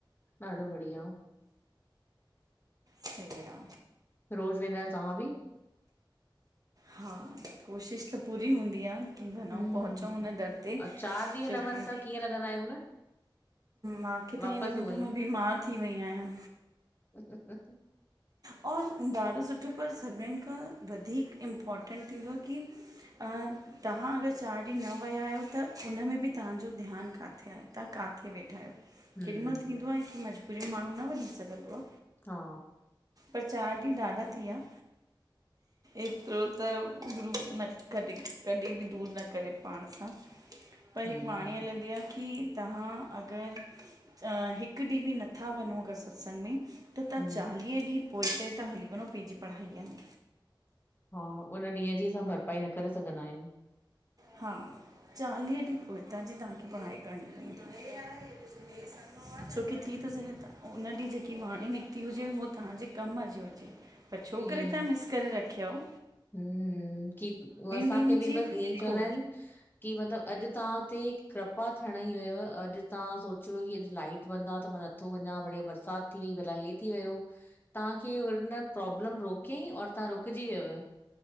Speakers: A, on the left; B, on the right.
A: ॾाढो बढ़िया।
B: सही आ।
A: रोज वेंदा आहियो तव्हां बि?
B: हा! कोशिश त पूरी हुंदी आ। की वनंऊ
A: हम्म
B: पहुचऊं हुन दर ते छोकी
A: चार ॾींहं न वञ त कीअं लॻंदा आहियूं न
B: माखे त
A: वापसि
B: ईअं लॻंदो
A: उअं
B: मां बीमार थी वई आहियां।
A: ह-ह-ह।
B: और ॾाढो सुठो, पर सभिनिनि खां वधीक इर्म्पोटेंट थींदो आ की अं तहां अगर चारि ॾींहं न वया आहियो त उन में बि तहांजो ध्यानु काथे आहे, तहां काथे वेठा आहियो।
A: हम्म
B: केॾीमहिल थींदो आहे की मजबूरीअ में माण्हूं न वंञी सघंदो आ।
A: हा
B: पर चार ॾींह ॾाढा थी या। एतिरो त गुरु न कॾी, कॾी बि दूरि न करे पांण सां। पर
A: हम्म
B: हिक वाणी हलंदी आ कि की तहां अगरि अ हिकु ॾीहुं बि नथा वनो अगरि सत्संगु में त तहां
A: हम्म
B: चालीह ॾींह पोहिते ता हली वनो पेंजी पढ़ाईअ में।
A: हा उन्ह ॾींहं जी असां भरपाई न करे सघंदा आहियूं।
B: हा। चालीह ॾींह पोइता जी तहांखे पढ़ाई करणी पंइंदी। छोकी थी तो सघे त उन्ह ॾींहुं जेकी वाणी निकिती हुजे, हो तहांजे कम जी हुजे। पर छोकरे
A: ईअं
B: तहां
A: ई
B: मिस करे रखिव
A: हम्म! की हुअ असांखे
B: ॾींहंनि
A: बि
B: जी
A: बसि ईंयंई चवंदा
B: खो
A: इनि की मतिलबु अॼु तहां ते कृपा थियंण ई हुयव, अॼु तहां सोचियुव की अॼु लाइट बंद आ त मा न थो वंञां, बढ़िया बरसात थी वई, भला हे थी वयो तहांखे हुन प्रोब्लम रोकयंई और तहां रुकजी वियव।